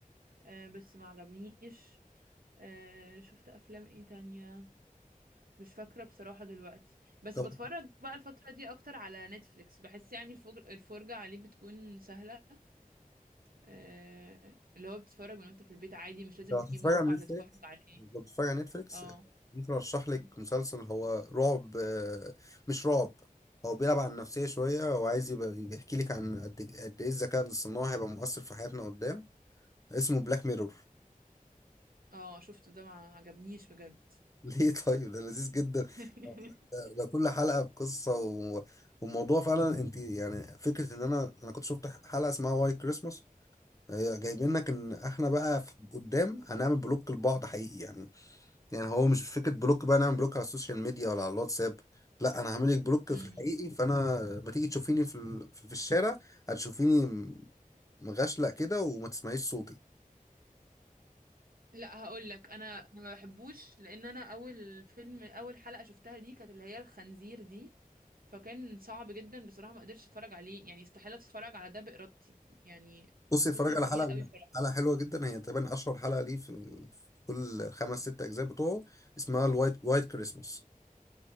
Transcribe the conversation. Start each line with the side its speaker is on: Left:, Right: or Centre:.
Right: آه... بس ما عجبنيش آه... شفت افلام ايه تانية مش فاكره بصراحه دلوقتي بس
Left: طب
Right: بتفرج بقى الفتره دي اكتر على نتفليكس بحس يعني الفجر... الفرجه عليه بتكون سهله آه، اللي هو بتتفرج من وانت في البيت عادي مش لازم
Left: لو
Right: تجيب
Left: هتتفرج
Right: موقع
Left: على نتفليكس
Right: تتفرج عليه
Left: لو بتتفرج على نتفليكس
Right: اه
Left: ممكن ارشح لك
Right: م.
Left: مسلسل هو رعب آه، مش رعب هو بيلعب على النفسية شوية وعايز يبقى بيحكي لك عن قد إيه، قد ايه الذكاء الاصطناعي هيبقى مؤثر في حياتنا قدام اسمه بلاك ميرور
Right: اه شفته ده ما عجبنيش بجد
Left: <laughs> ليه طيب ده لذيذ جدا
Right: <laughs>
Left: ده ده كل حلقة بقصة و... وموضوع فعلا انت يعني فكرة ان انا انا كنت شفت حلقة اسمها واي كريسماس هي جايبين لك ان احنا بقى في- قدام هنعمل بلوك لبعض حقيقي يعني يعني هو مش فكره بلوك بقى نعمل بلوك على السوشيال ميديا ولا على الواتساب لا انا هعمل لك بلوك
Right: مم.
Left: في الحقيقي فانا ما تيجي تشوفيني في ال... في الشارع هتشوفيني م- مغشلق كده وما تسمعيش صوتي
Right: لا هقول لك انا أنا ما بحبوش لان انا اول فيلم اول حلقة شفتها دي كانت اللي هي الخنزير دي فكان صعب جدا بصراحة ما قدرتش اتفرج عليه يعني استحالة اتفرج على ده بإرادتي يعني
Left: فبصي
Right: مسلسل
Left: اتفرج على
Right: تقيل
Left: حلقه
Right: قوي بصراحة.
Left: حلقه حلوه جدا هي تقريبا اشهر حلقه ليه في, في كل خمس ست اجزاء بتوعه اسمها الوايت وايت كريسماس